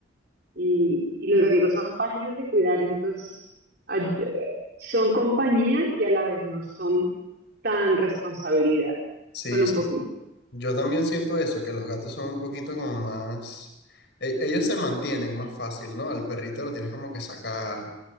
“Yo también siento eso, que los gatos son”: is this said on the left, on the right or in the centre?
Left